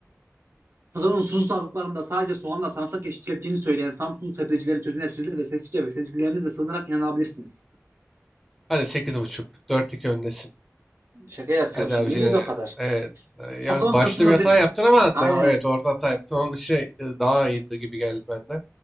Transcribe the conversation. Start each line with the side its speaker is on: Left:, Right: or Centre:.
Right: Sazon'un susuz sağlıklarında sadece soğanla sarımsak yetiştirebileceğini söyleyen Samsunlu sebzecilerin sözüne sizler de sessizce ve sezgilerinizle sığınarak inanabilirsiniz.
Centre: Hadi sekiz buçuk, dört iki öndesin.
Right: Şaka yapıyorsun.
Centre: Hadi abi
Right: İyi miydi
Centre: yine
Right: o kadar?
Centre: evet. e,
Right: Sazon
Centre: Ya başta
Right: kısmı
Centre: bir hata
Right: be...
Centre: yaptın ama
Right: Aynen.
Centre: tamam evet orada hata yaptın. Onun dışı e, daha iyiydi gibi geldi benden.